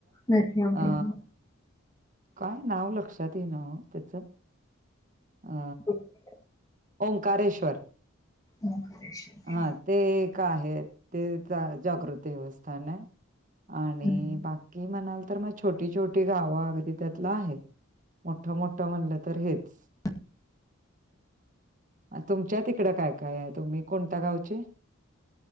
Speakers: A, on the left; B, on the right.
A: नरसिंहवाडी
B: अ
A: हा.
B: काय नाव लक्षात येईना ओ त्याच अ
A: हो
B: ओंकारेश्वर
A: ओंकारेश्वर काय?
B: हा ते का आहेत. ते जागृत देवस्थान आहे आणि
A: हम्म.
B: बाकी म्हणाल तर म छोटी छोटी गावं अगदी त्यातलं आहे मोठ मोठं म्हणलं तर हेच.
A: <inaudible>
B: तुमच्या तिकडं काय काय आहे तुम्ही कोणत्या गावचे?